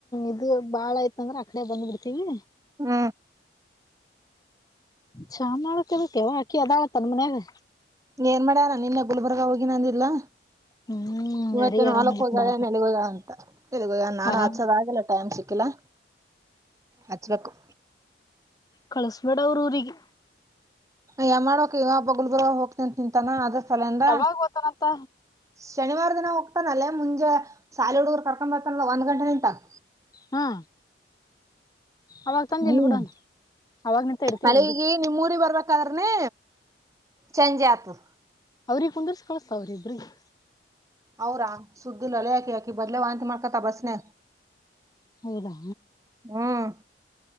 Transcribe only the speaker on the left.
ಇದು ಬಾಳ ಐತಂದ್ರೆ ಆಕಡೆ ಬಂದ್ ಬಿಡ್ತೀವಿ
ಚಾ ಮಾಡಕತಿವೋ ಅಕಿ ಅದಾಳತ್ತನ್ ಮನ್ಯಾಗ
ಹ್ಮ್
ಯಾರಿಗ್
ಆರಾಮಿಲ್ಲಕ್
ಬಾಳ್
ಆರಾಮ್
ಕಳಸ್ಬೇಡ ಅವ್ರ ಊರಿಗೆ
ಯಾವಾಗ ಓತಾನಂತ
ಹಾ ಅವಾಗ ತಂದ
ಇಲ್ ಬಿಡೋಣ ಅವಾಗನಿಂತ ಇರ್ತೀವಿ
ಹಂಗ
ಅವ್ರಿಗೆ ಕುಂದರ್ಸ ಕಳಸ ಅವ್ರಿಬ್ರಿಗೆ
ಹೌದಾ